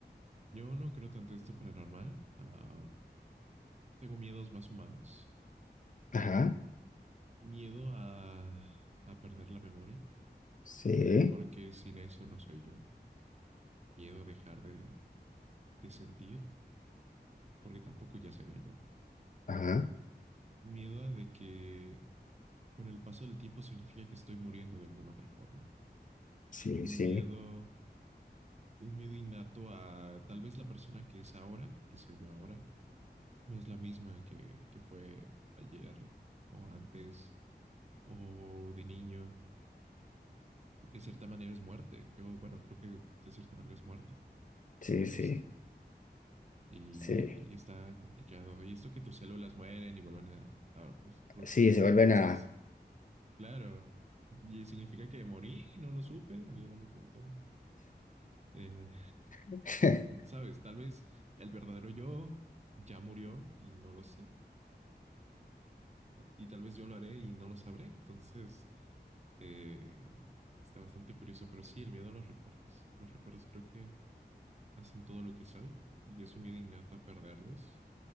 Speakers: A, on the right (about 40°); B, on the left (about 50°).
A: Yo no creo tanto en esto paranormal. Ah, tengo miedos más humanos.
B: Ajá,
A: Miedo a, a perder la memoria,
B: sí,
A: porque sin eso no soy yo. Miedo a dejar de, de sentir, porque tampoco ya sería yo.
B: ajá,
A: Miedo a de que con el paso del tiempo significa que estoy muriendo de alguna otra forma.
B: sí,
A: Un
B: sí,
A: miedo, un miedo innato a tal vez la persona que es ahora, que soy yo ahora, no es la misma que, que fue ayer o antes o de niño, porque de cierta manera es muerte. Yo, bueno, creo que de cierta manera es muerte,
B: sí,
A: moriste.
B: sí,
A: Y,
B: sí,
A: y está complicado. Y esto que tus células mueren y vuelven a, a producirse,
B: sí, se vuelven
A: entonces,
B: a...
A: claro, y significa que morí y no lo supe, alguien no me contó. Eh,
B: <laughs>
A: Sabes, tal vez el verdadero yo ya murió y no lo sé. Y tal vez yo lo haré y no lo sabré. Entonces, Eh, está bastante curioso, pero sí, el miedo a los recuerdos. Los recuerdos creo que hacen todo lo que soy y es un miedo innato a perderlos.